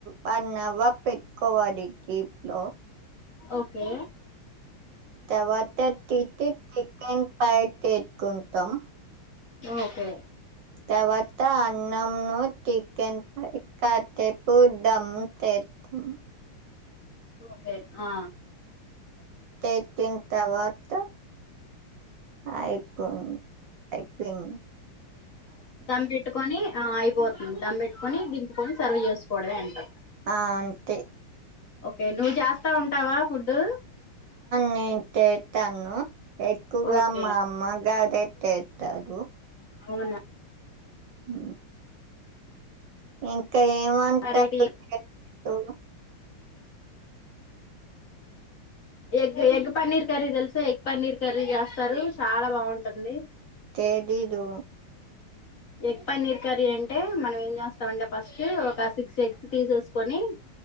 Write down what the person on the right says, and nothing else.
వన్ అవార్ పెట్టుకోవాలి. ఈ ప్లో.
తవాత్ టి టీ చికెన్ పైట్. టేత్ కుంటం
తర్వాత అన్నంను చికెన్ ప కట్టేపోడం తెద్దం
తే తింటావా అత్త అయిపోయి అయిపోయిన్
అ అంతే
నేన్ చేస్తాను ఎక్కువగా
మా అమ్మగారి చెతేత్తారు
ఉ ఇం ఇంకా ఏమంటారు
ఓ
తే తేలీదు